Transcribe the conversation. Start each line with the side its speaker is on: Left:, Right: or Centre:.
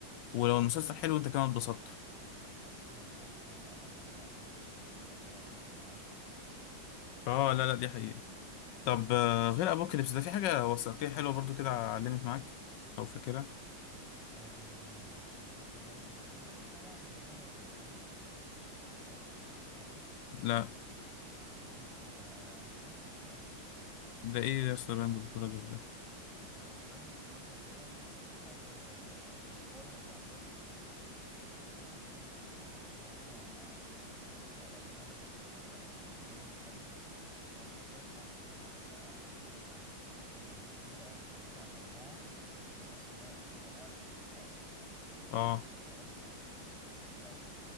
Left: ولو المسلسل حلو أنت كمان اتبسطت
Centre: بالظبط كده وانا كمان على فكره انا انا أنا اتفق معاك
Left: آه لا لا دي حقيقة طب آه، غير أبوكاليبس ده في حاجة وثائقية حلوة برضه كده علمت معاك أو فاكرها؟
Centre: آه صديقي علم معايا في طبعا اللي هو باند اوف براذرز تسمع عنه
Left: لا
Centre: اوف انت انت فايتك كتير قوي يا اسطى
Left: ده إيه يا اسطى براندو براذرز ده؟
Centre: هو باند اوف براذرز ده برضو حاجه بس هو ده يعني ده تمثيل كله في كده في النص بيطلع آه، آه، ابطال ال- آه، ابطال الباند دي هو بيحكي يا اسطى عن عن آه، عن عن زي كتيبه او بيحكي عن مجموعه من الناس اللي هي تطوعت عشان تحارب
Left: آه
Centre: تمام ف